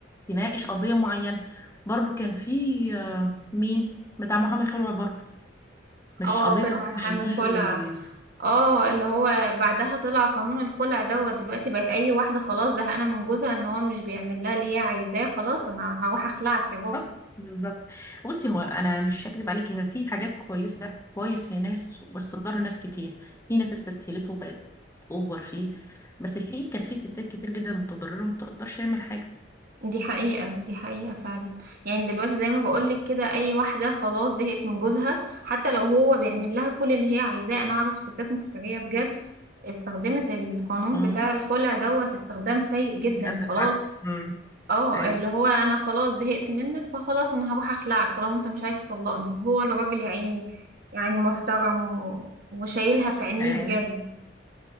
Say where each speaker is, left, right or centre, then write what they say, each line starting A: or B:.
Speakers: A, on the left; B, on the right.
A: تناقش قضية معينة برضو كان في آه، مين بتاع محامي خلع برضو مش
B: اه
A: قضية
B: فيلم
A: الخلع
B: عن حرم الخلع
A: دي
B: اه اللي هو بعدها طلع قانون الخلع دوت دلوقتي بقت أي واحدة خلاص زهقانة من جوزها إن هو مش بيعمل لها اللي هي عايزاه خلاص أنا هروح أخلعك يا بابا
A: بالظبط بالظبط بصي هو انا مش هكدب عليك هي في حاجات كويسه كويس لناس بس ضر ناس كتير في ناس استسهلته وبقت اوفر فيه بس في كان في ستات كتير جدا متضرره وما تقدرش تعمل حاجه
B: دي حقيقة دي حقيقة فعلا يعني دلوقتي زي ما بقولك كده أي واحدة خلاص زهقت من جوزها حتى لو هو بيعمل لها كل اللي هي عايزاه أنا أعرف ستات مفترية بجد استخدمت القانون
A: امم
B: بتاع الخلع دوت استخدام سيء جدا
A: للاسف
B: خلاص
A: عكس امم
B: اه
A: ايوه
B: اللي هو أنا خلاص زهقت منك فخلاص أنا هروح أخلعك طالما أنت مش عايز تطلقني وهو الراجل يا عيني يعني محترم و... وشايلها في عينيه
A: ايوه
B: بجد